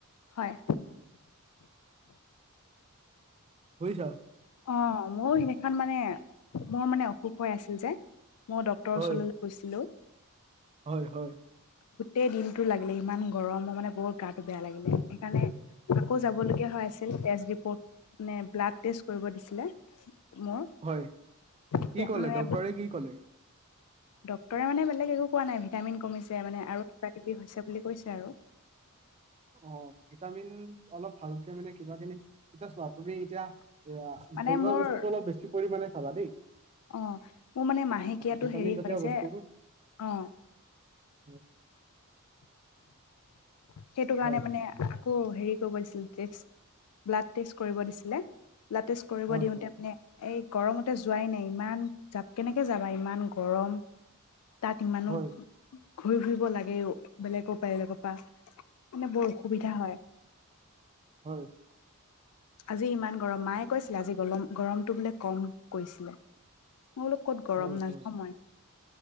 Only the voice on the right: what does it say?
বুজিছা
হয়
হয় হয়।
হয়
কি কলে
ডক্টৰে কি কলে
অ' ভিটামিন অলপ ভালকে মানে কিবা খিনি এয়া চোৱা তুমি এতিয়া এ
ঘৰুৱা
বস্তুটো অলপ বেছি পৰিমানে খাবা দেই
ভিটামিন
জাতীয়
বস্তুবোৰ
<inaudible>
হয়
হয়
হয়
হয়
হয়।
হয়
হয়